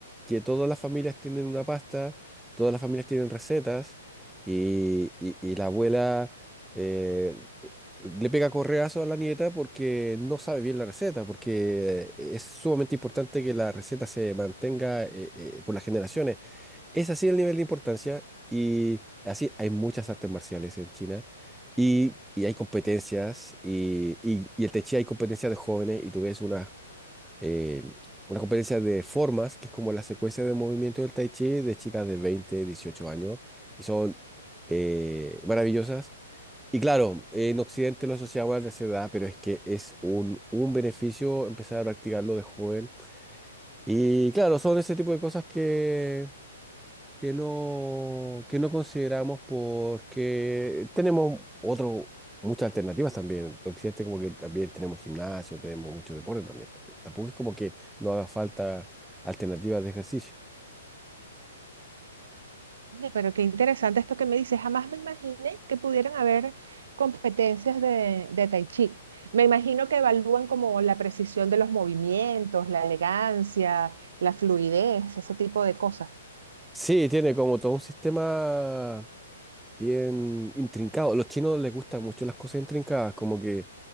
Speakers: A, in the centre; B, on the right.
A: que todas las familias tienen una pasta, todas las familias tienen recetas y, y- y la abuela eh, le pega correazo a la nieta porque no sabe bien la receta, porque es sumamente importante que la receta se mantenga eh, eh, por las generaciones. Es así el nivel de importancia y así hay muchas artes marciales en China y, y hay competencias y, y, y en Tai Chi hay competencias de jóvenes y tú ves una, eh, una competencia de formas que es como la secuencia de movimiento del Tai Chi de chicas de 20, 18 años y son eh, maravillosas. Y claro, en Occidente lo asociamos a la tercera edad, pero es que es un, un beneficio empezar a practicarlo de joven. Y claro, son ese tipo de cosas que que no, que no consideramos porque tenemos otro, muchas alternativas también. Occidente como que también tenemos gimnasio, tenemos mucho deporte también, también. Tampoco es como que no haga falta alternativas de ejercicio.
B: Oye, Pero qué interesante esto que me dices. Jamás me imaginé que pudieran haber competencias de, de tai chi. Me imagino que evalúan como la precisión de los movimientos, la elegancia, la fluidez, ese tipo de cosas.
A: Sí, tiene como todo un sistema bien intrincado. A los chinos les gustan mucho las cosas intrincadas, como que